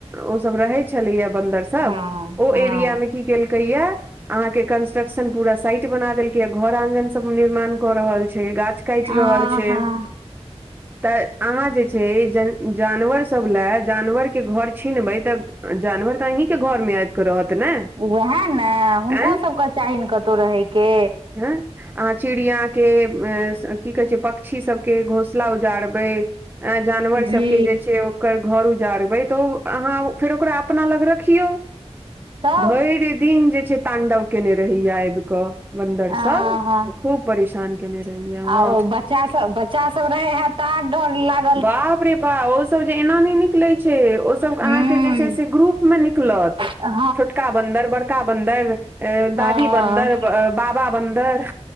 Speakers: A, on the right; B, on the right.
A: ओ सब रहे छलैया बन्दर स- सब
B: हँ
A: ओ
B: हँ
A: एरियामे की केलकै या अहा के कंस्ट्रक्शन पूरा साइट बना देलकै या घर आंगगन सब निर्माण कऽ रहल छै गाछ काटि
B: आ
A: रहल छै।
B: हा
A: तऽ अहाँ जे छै ज जानवरसभ लए जानवरके घर छीनबै तऽ जानवर तऽ अहीं के घर मे आय इब क रहत ने।
B: उएह ने हुनको
A: आँय
B: सभके चाही ने कतहु रहयके।
A: हँ अहाँ चिड़ियाके अ की कहै छै पक्षी सभके घोसला उजारबै जानवर
B: जी
A: सबके जे छै ओकर घर उजारबै तऽ ओ अहाँ फेर ओकरा अपना लंग राखियों
B: तब
A: भैर दिन जे छै तांडव केने रहैया आबि केऽ बन्दर
B: आ
A: सब
B: हँ
A: खूब परेशान केने रहैया हँ
B: आ ओ बच्चा सब बच्चा सब रहे हैत तऽ आर डर लाग
A: बाप रे बाप ओ सब जे एना नहि निकलै छै ओ सब
B: हूँ
A: अहाँके जे छै से ग्रुप मे निकलत।
B: हँ
A: छोटका बन्दर बड़का बन्दर अ
B: हँ हँ
A: दादी बन्दर बाबा बन्दर